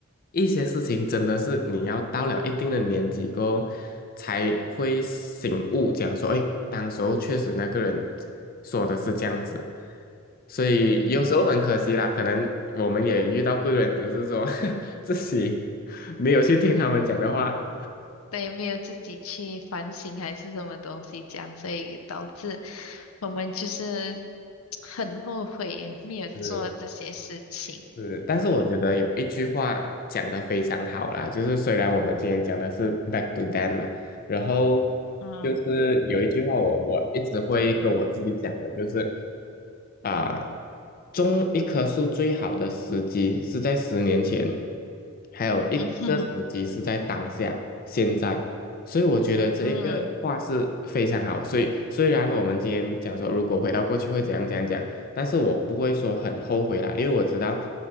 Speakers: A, on the left (about 45°); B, on the left (about 85°).
A: 一些事情真的是你要到了一定的年纪过后才会醒悟，讲说，哎，当时候确实那个人说的是这样子，所以有时候很可惜啦，
B: 嗯嗯，
A: 可能我们也遇到贵人，只是说 <laughs> 自己没有去听他们讲的话。
B: 对，没有自己去反省还是什么东西这样，所以导致我们就是很后悔没有做这些事情。
A: 是是，但是我觉得有一句话讲得非常好啦，就是虽然我们今天讲的是 back to them 嘛，然后
B: 嗯
A: 就是有一句话我我一直会跟我自己讲的，就是啊、种一棵树最好的时机是在十年前，还有一个时机是在当下，
B: 嗯 <laughs>
A: 现在。所以我觉得这一个话是非常好。
B: 嗯，
A: 所以虽然我们今天讲说，如果回到过去会怎样怎样讲，但是我不会说很后悔啦，因为我知道